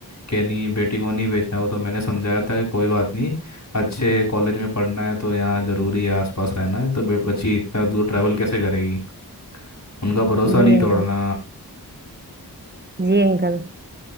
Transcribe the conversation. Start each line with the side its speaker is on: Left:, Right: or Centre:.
Left: कि नहीं बेटी को नहीं बेचना वो तो मैंने समझाया था कि कोई बात नहीं अच्छे कॉलेज में पढ़ना है तो यहाँ ज़रूरी है आसपास रहना है तो बे- बच्ची इतना दूर ट्रैवल कैसे करेगी उनका भरोसा
Right: जी
Left: नहीं
Right: अंकल
Left: तोड़ना
Right: जी अंकल